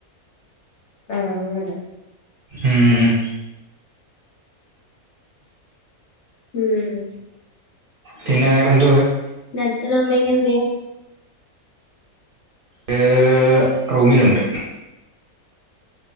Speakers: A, on the left; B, on the right.
A: ആഹ് അങ്ങനെ
B: ഉം. ഉം
A: ഉം
B: പിന്നെ വേറെന്താ
A: നിൻ്റെ അച്ഛനും അമ്മയൊക്കെ എന്തിയെ
B: ഏഹ് റൂമിലുണ്ട്